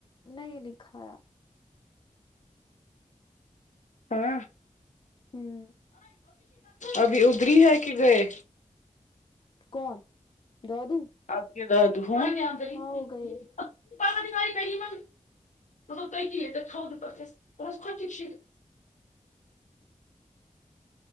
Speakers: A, on the left; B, on the left.
A: نہیں دکھایا
B: ہاں
A: ہوں
B: ابھی ادری ہے کہ گئے
A: کون دادو
B: آپ کے <unintelligible>
A: ہاں وہ گئے
B: <unintelligible>